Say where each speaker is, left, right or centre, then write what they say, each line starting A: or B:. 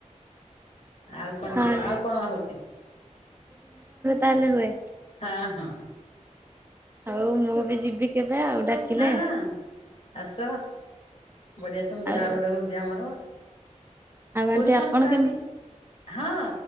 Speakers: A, on the left; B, on the right.
A: ଆଉ କଣ
B: ହଁ
A: କୁହ ଆଉ କଣ ହଉଛି।
B: ତାହଲେ ହୁଏ?
A: ହଁ ହଁ
B: ଆଉ ମୁଁ ବି ଯିବି କେବେ ଆଉ ଡାକିଲେ
A: ହଁ ଆସ। ବଢ଼ିଆ ସୁନ୍ଦର
B: ଆଉ
A: ଭାବରେ ହଉଛି ଆମର
B: ଆଉ ଆଣ୍ଟି
A: ପୁଣି ସଂକ୍ରନ୍ତି
B: ଆପଣ କେମ
A: ହଁ